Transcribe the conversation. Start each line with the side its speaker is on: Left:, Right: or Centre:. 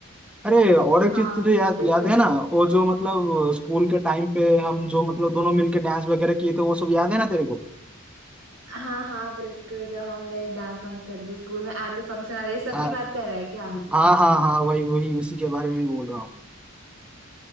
Centre: अरे और एक
Right: हाँ
Centre: चीज तुझे याद
Right: बिल्कुल
Centre: याद है ना वो जो मतलब स्कूल के टाइम पे हम जो मतलब दोनों मिलके डांस वगैरह किए थे वो सब याद है ना तेरे को
Right: हाँ हाँ बिल्कुल जब हम लोग डांस वांस करते थे स्कूल में एनुअल फंक्शन और ये सब
Centre: हाँ
Right: की बात कर रहा है क्या
Centre: हाँ हाँ हाँ वही वही उसी के बारे में बोल रहा हूँ